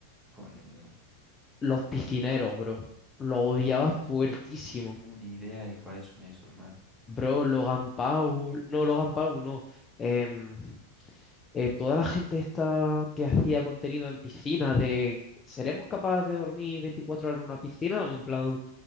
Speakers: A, in the centre; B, on the left.
A: ¿cuál es, bro?
B: Los piscineros, bro. Los odiaba fuertísimo.
A: No tengo ni idea de cuáles son esos, man.
B: Bro, Logan Paul, no, Logan Paul, no. em, eh, toda la gente esta que hacía contenido en piscina de ¿seremos capaces de dormir 24 horas en una piscina? O en plan